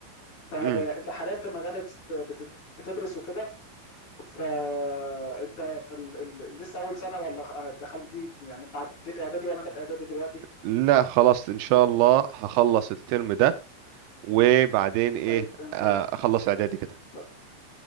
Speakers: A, on the left (about 40°); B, on the right (about 80°).
A: فانت
B: مم.
A: حاليا في مجال بتت- بتدرس وكده فانت ال- ال- لسه اول سنه ولا دخلت دي يعني انت عديت اعدادي ولا انت في اعدادي دلوقتي
B: لا خلاص ان شاء الله هخلص الترم ده وبعدين ايه
A: طيب انت
B: آه،
A: ال-
B: اخلص اعدادي كده
A: اتفضل.